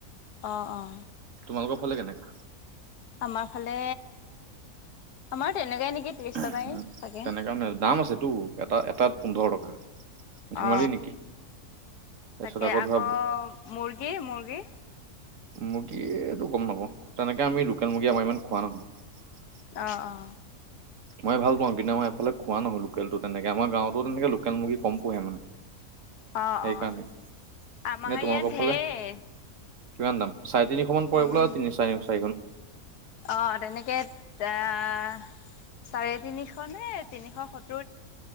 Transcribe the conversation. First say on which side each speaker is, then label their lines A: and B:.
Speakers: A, on the left; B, on the right.
A: অ', অ',
B: তোমালোকৰ ফালে কেনেকা?
A: আমাৰ ফালে আমাৰ তেনেকাই নেকি ত্ৰিশ
B: উম,
A: টকাই চাগে।
B: তেনেকাণে দাম আছেতো এটা এটাত পোন্ধৰ টকা। ধেমালি
A: অ
B: নেকি? তাৰপিছত
A: তাকে আকৌ
B: ধৰা
A: মুৰ্গী - মুৰ্গী।
B: মুৰ্গীটো গম নাপাওঁ তেনেকে আমি লোকেল মুৰ্গী আমাৰ ইমান খোৱা নহয়।
A: অ', অ',।
B: মই ভাল পাওঁ কিন্তু মই এফালে খোৱা নহয় লোকেলটো তেনেকে আমাৰ গাঁৱতো তেনেকে লোকেল মুৰ্গী কম পোহে মানে।
A: অ',
B: সেইকাৰণে
A: অ ', আমাৰ
B: এনে তোমালোকৰ
A: ইয়াত ঢেৰ।
B: ফালে কিমান দাম চাৰে তিনিশ মান পৰি
A: উম,
B: বোলে তিনিকা চাৰিশ
A: অ', তেনেকে আহ চাৰে তিনিশ নে তিনিশ স